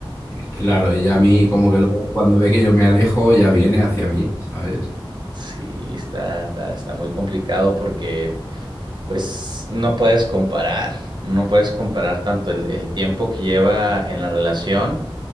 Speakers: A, on the left (about 30°); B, on the right (about 55°).
A: Claro, ella a mí como que luego cuando ve que yo me alejo ya viene hacia mí, ¿sabes?
B: Sí, está, está, está muy complicado porque pues no puedes comparar, no puedes comparar tanto el el tiempo que lleva en la relación